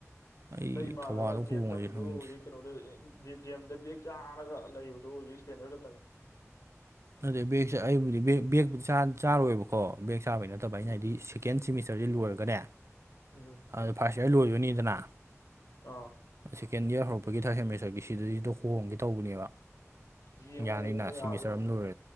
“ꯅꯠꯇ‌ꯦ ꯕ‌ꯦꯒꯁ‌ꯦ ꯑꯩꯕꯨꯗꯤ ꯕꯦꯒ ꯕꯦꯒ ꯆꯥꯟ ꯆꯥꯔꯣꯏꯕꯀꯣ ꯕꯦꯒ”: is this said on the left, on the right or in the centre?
Right